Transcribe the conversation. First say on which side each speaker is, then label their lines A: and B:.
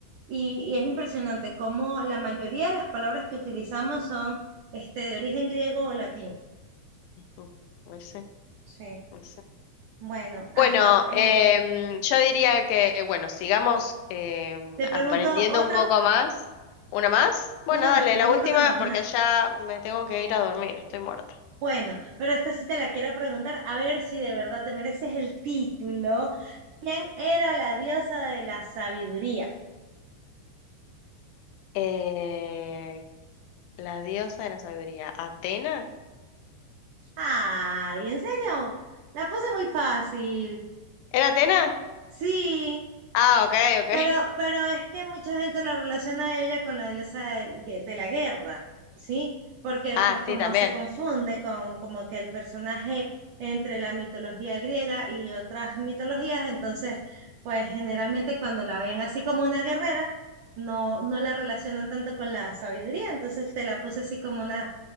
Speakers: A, on the right; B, on the left.
A: y, y es impresionante cómo la mayoría de las palabras que utilizamos son este, de origen griego o latín.
B: Ujú, ahí sí,
A: ¿sí?
B: ahí sí.
A: Bueno, ajá.
B: Bueno,
A: eh,
B: em, yo diría que, bueno, sigamos em,
A: te pregunto
B: aprendiendo
A: otra,
B: un poco más. ¿Una más? Bueno,
A: una
B: dale,
A: más, te pregunto
B: la última,
A: una más, una.
B: porque ya me tengo que ir a dormir, estoy muerta.
A: Bueno, pero esta sí te la quiero preguntar, a ver si de verdad te mereces el título. ¿Quién era la diosa de la sabiduría?
B: Eh, la diosa de la sabiduría, Atena.
A: Ay, ¿en serio? La puse muy fácil.
B: ¿Era Atena?
A: Sí.
B: Ah, ok, ok.
A: Pero, pero es que mucha gente la relaciona a ella con la diosa del gue- de la guerra, ¿sí? Porque
B: Ah,
A: pues como
B: sí, también.
A: se confunde con como que el personaje entre la mitología griega y otras mitologías, entonces pues generalmente cuando la ven así como una guerrera, no, no la relacionan tanto con la sabiduría, entonces te la puse así como una,